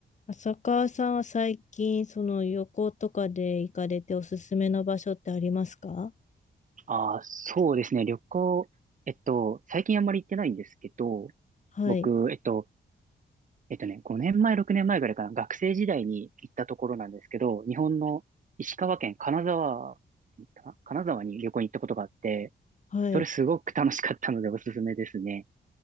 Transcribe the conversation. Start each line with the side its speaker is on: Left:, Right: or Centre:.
Left: 浅川さんは最近、その旅行とかで行かれておすすめの場所ってありますか
Right: ああ、そうですね。旅行、えっと、最近あんまり行ってないんですけど、
Left: はい、
Right: 僕、えっと、えっとね、5年前、6年前ぐらいかな、学生時代に行ったところなんですけど、日本の石川県金沢かな、金沢に旅行に行ったことがあって、
Left: はい。
Right: それすごく楽しかったのでおすすめですね。